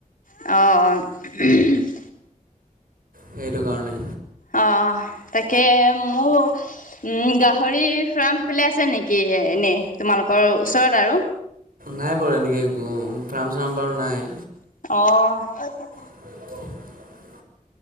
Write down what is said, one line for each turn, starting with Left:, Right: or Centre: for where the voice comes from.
Left: অ' অ'
Right: সেইটো কাৰণে।
Left: অঁ তাকে মোৰ- উম' গাহৰি ফাৰ্ম সেইফালে আছে নেকি এনেই তোমালোকৰ ওচৰত আৰু?
Right: নাই বাৰু এনেকে একো ফাৰ্ম চাৰ্ম বাৰু নাই।
Left: অঁ'
Right: <inaudible>